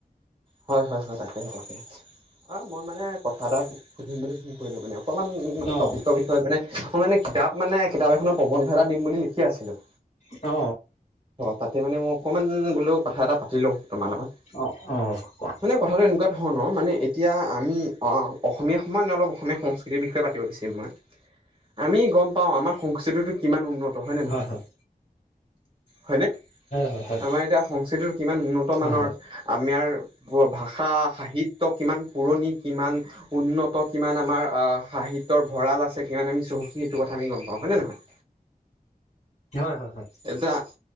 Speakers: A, on the right; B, on the left.
A: হয় হয় হয় তাকেহে তাকেহে। অ মই মানে কথা এটা সুধিম বুলি কৰিলো মানে অকণমান মানে
B: অ
A: টপিকৰ বিষয়ে মানে অ মানে কিতাপ মানে কিতাপ এখনৰ প্ৰবন্ধ এটা দিম বুলি লিখি আছিলো
B: অ
A: তাতে মানে মই অকমান বোলো কথা এটা পাতি লও তোমাৰ লগত
B: অ অ অ কোৱা।
A: মানে কথাটো এনেকোৱা ধৰ ণৰ মানে এতিয়া আমি অ অসমীয়া সমানে অলপ অসমীয়া সংস্কৃতিৰ বিষয়ে পাতিব বিচাৰিম মই আমি গম পাওঁ আমাৰ সংস্কৃতিটো কিমান উন্নত হয়নে নহয়
B: হয় হয়।
A: হয়নে
B: হয় হয় হয়।
A: আমাৰ এতিয়া সংস্কৃতিটো কিমান উন্নত মানৰ
B: হয় হয়।
A: আমাৰ ভাষা সাহিত্য কিমান পুৰণি কিমান উন্নত কিমান আমাৰ আ সা হিত্যৰ ভঁৰাল আছে কিমান আমি চহকী সেইটো কথা আমি গম পাওঁ হয় নে নহয়
B: হয় হয় হয়
A: এতিয়া